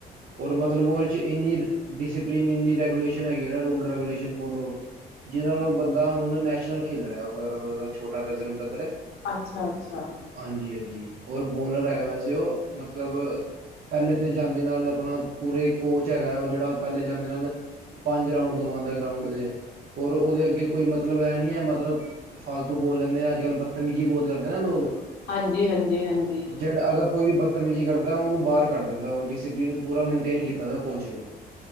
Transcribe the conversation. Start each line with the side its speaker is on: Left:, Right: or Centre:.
Right: ਔਰ ਮਤਲਬ, ਉਹਦੇ ਚ ਇੰਨੀ। ਡਿਸਿਪਲਿਨ ਇੰਨੀ ਰੈਗੂਲੇਸ਼ਨ ਹੈਗੀ ਹੈ <unintelligible> ਨਾ, ਰੂਲ ਰੈਗੂਲੇਸ਼ਨ ਫੋਲੋ <unintelligible> ਜਿਹਦੇ ਨਾਲ ਉਹ ਬੰਦਾ, ਹੁਣ ਨੈਸ਼ਨਲ ਖੇਲ ਰਿਹਾ, ਉਹ <unintelligible> ਮਤਲਬ ਛੋਟਾ ਕਜ਼ਨ ਬ੍ਰਦਰ ਹੈ।
Left: ਅੱਛਾ, ਅੱਛਾ!
Right: ਹਾਂਜੀ, ਹਾਂਜੀ! ਔਰ ਬੋਲਰ ਹੈਗਾ ਵੈਸੇ ਉਹ, ਮਤਲਬ ਪਹਿਲੇ ਤੇ ਜਾਂਦੇ ਨਾਲ <unintelligible> ਪੂਰੇ ਹੀ ਕੋਚ ਹੈਗਾ, ਹੈ ਉਹ ਜਿਹੜਾ ਪਹਿਲੇ ਜਾਂਦੇ ਨਾਲ, ਪੰਜ ਰਾਊਂਡ ਲਗਾਉਂਦਾ ਗਰਾਉਂਡ ਦੇ, ਹੋਰ ਉਹਦੇ ਕੋਈ ਮਤਲਬ ਇਹ ਨੀ ਹੈ ਮਤਲਬ, ਫਾਲਤੂ ਬੋਲ ਲੈਂਦੇ ਆ, ਅੱਜ ਕੱਲ ਬਦਤਮੀਜੀ ਬੋਤ ਕਰਦੇ ਨਾ ਲੋਕ
Left: ਹਾਂਜੀ, ਹਾਂਜੀ, ਹਾਂਜੀ, ਹਾਂਜੀ।
Right: ਜਿਹੜਾ ਅਗਰ ਕੋਈ ਵੀ ਬਦਤਮੀਜ਼ੀ ਕਰਦਾ, ਉਹਨੂੰ ਬਾਹਰ ਕੱਢ ਦਿੰਦਾ ਉਹ, ਡਿਸਪਲਿਨ ਪੂਰਾ ਮੇਨਟੇਨ ਕੀਤਾ ਉਹ ਕੋਚ ਨੇ।